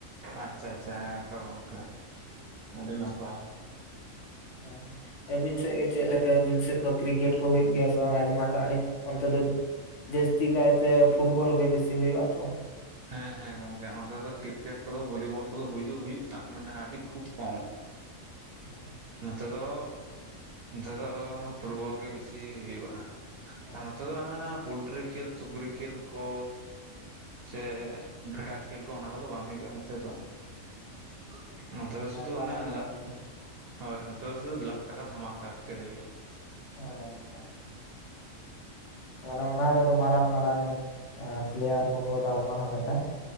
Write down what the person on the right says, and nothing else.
ᱟᱪᱪᱷᱟ ᱟᱪᱪᱷᱟ ᱦᱮᱸ ᱛᱚ ᱜᱚᱝᱠᱮ ᱟᱹᱰᱤ ᱱᱟᱯᱟᱭ ᱾
ᱦᱮᱸ ᱦᱮᱸ ᱜᱚᱝᱠᱮ ᱱᱚᱛᱮ ᱫᱚ ᱠᱨᱤᱠᱮᱴ ᱠᱚᱫᱚ ᱵᱷᱚᱞᱤᱵᱚᱞ ᱠᱚᱫᱚ ᱦᱩᱭ ᱫᱚ ᱦᱩᱭᱩᱜᱼᱟ ᱢᱟᱱᱮ ᱟᱹᱰᱤ ᱠᱷᱩᱵ ᱠᱚᱢ ᱾
ᱱᱚᱛᱮ ᱫᱚ ᱱᱚᱛᱮ ᱫᱚ ᱯᱷᱩᱴᱵᱚᱞ ᱜᱮ ᱵᱮᱥᱤ ᱦᱩᱭᱩᱜᱼᱟ ᱾
ᱟᱨ ᱱᱚᱛᱮ ᱫᱚ ᱚᱱᱮ ᱚᱱᱟ ᱯᱳᱞᱴᱨᱤ ᱠᱷᱮᱞ ᱥᱩᱠᱨᱤ ᱠᱷᱮᱞ ᱠᱚ ᱥᱮ ᱵᱷᱮᱲᱟ ᱠᱷᱮᱞ ᱠᱚ ᱚᱱᱟ ᱠᱚᱫᱚ ᱵᱟᱝ ᱦᱩᱭᱩᱜᱼᱟ ᱱᱚᱛᱮ ᱫᱚ ᱾ ᱱᱚᱛᱮ ᱫᱚ ᱥᱩᱫᱩ
ᱚᱱᱮ
ᱞᱟᱜ
ᱦᱳᱭ ᱦᱳᱭ ᱱᱚᱛᱮ ᱫᱚ ᱥᱩᱫᱷᱩ ᱞᱟᱠᱷ ᱴᱟᱠᱟ ᱫᱷᱢᱟᱠᱟ ᱠᱷᱮᱞ ᱦᱳᱭᱳᱜᱼᱟ ᱾